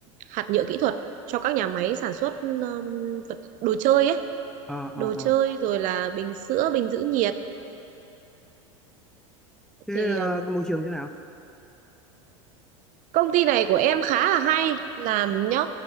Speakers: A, on the right; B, in the centre.
A: hạt nhựa kỹ thuật cho các nhà máy sản xuất um, vật đồ chơi ấy,
B: Ờ
A: đồ
B: ờ
A: chơi
B: ờ.
A: rồi là bình sữa, bình giữ nhiệt.
B: Thế
A: Thì
B: ờ,
A: um,
B: cái môi trường thế nào?
A: công ty này của em khá là hay làm nhá.